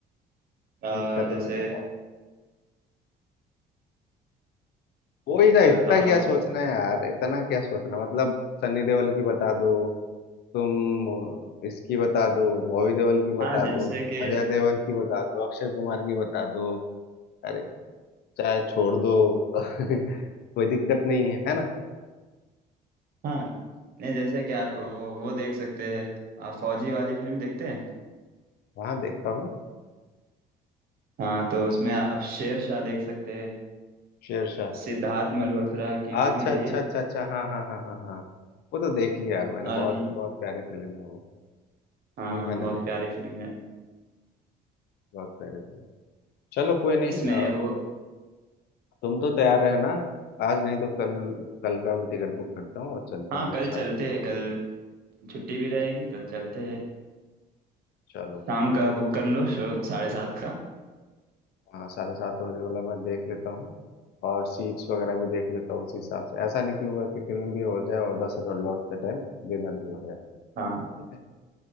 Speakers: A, on the right (about 60°); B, on the left (about 70°).
A: आ,
B: एक का
A: जैसे
B: तो नाम बताओ कोई ना
A: मैं
B: इतना
A: बता
B: क्या
A: रहा हूँ
B: सोचना है यार इतना क्या सोचना मतलब सनी देओल की बता दो तुम इसकी बता दो बॉबी देओल की बता
A: हाँ जैसे
B: दो तुम
A: कि
B: अजय देवगन की बता दो अक्षय कुमार की बता दो अरे चाहे छोड़ दो <laughs> कोई दिक्कत नहीं है है ना
A: हाँ नहीं जैसे कि आप वो वो देख सकते हैं आप फौजी वाली फिल्म देखते हैं
B: वहां देखता हूँ
A: हाँ तो उसमें आप शेरशाह देख सकते हैं
B: शेरशाह
A: सिद्धार्थ मल्होत्रा की
B: अच्छा
A: मूवी है
B: अच्छा
A: ये
B: अच्छा अच्छा हाँ हाँ हाँ हाँ हाँ वो तो देख लिया यार मैंने
A: और
B: बहुत
A: ये
B: बहुत प्यारी फिल्म है वो
A: हाँ
B: वो मैंने
A: बहुत
B: देखी
A: प्यारी फिल्म है
B: बहुत प्यारी फिल्म चलो कोई
A: इसमें
B: नहीं अ,
A: वो
B: तुम तो तैयार रहना आज नहीं तो कल कल का मैं टिकट बुक करता हूँ और चलते
A: हाँ
B: हैं हम लोग
A: कल
B: साथ
A: चलते हैं कल छुट्टी भी
B: ठीक
A: रहेगी
B: है
A: कल चलते हैं
B: चलो
A: शाम का
B: ठीक
A: बुक कर लो शो साढ़े सात का
B: हाँ साढ़े सात बजे वाला मैं देख लेता हूँ और सीट्स वगैरह भी देख लेता हूँ उस हिसाब से ऐसा निकलूंगा कि फिल्म भी हो जाए और दस हजार लौटते टाइम डिनर भी हो जाए
A: हाँ
B: ठीक है